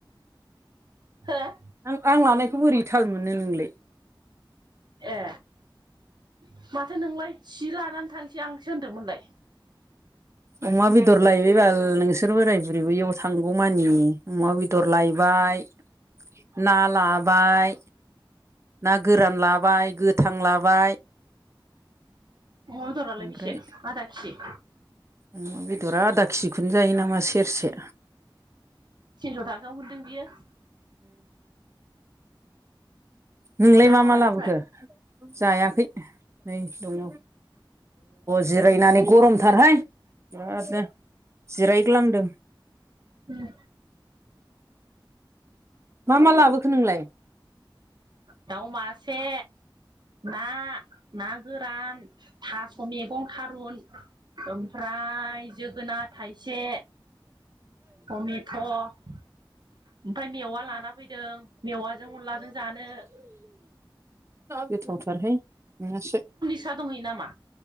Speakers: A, on the right (about 60°); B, on the right (about 35°).
A: हेल
B: नों आं लानायखौ बोरै थाल मोननो नोंलाय
A: ए माथो नोंलाय जि लानासो थांसै आं होनदोंमोनलाय
B: अमा बेदर लायबाय बाल नोंसोर बोराय बुरैबोयाव थांगौमानि अमा बेदर लायबाय ना लाबाय ना गोरान लाबाय गोथां लाबाय
A: अमा बेदर रालाय
B: ओमफ्राय
A: बेसे आदा केिजि?
B: अमा बेदरा आदा केजिखौनो जायो नामासि सेरसे
A: थिनस' थाखायाव मोनदों बियो
B: नोंलाय
A: जाखाबाय
B: मा मा लाबोगोन?
A: ओमफ्राय
B: जायाखै नै दङ जिरायनानै गरमथारहाय बिरादनो जिरायग्लांदों।
A: उम
B: मा मा लाबोखो नोंलाय?
A: दाउ मासे, ना, ना गोरान थास' मैगं थारुन ओमफ्राय जोगोनार थाइसे थमेथ' ओमफ्राय मेवा लाना फैदों मेवाजों अनलाजों जानो।
B: गोथावथारहाय नोंहासो
A: फिसा दंहयो नामा?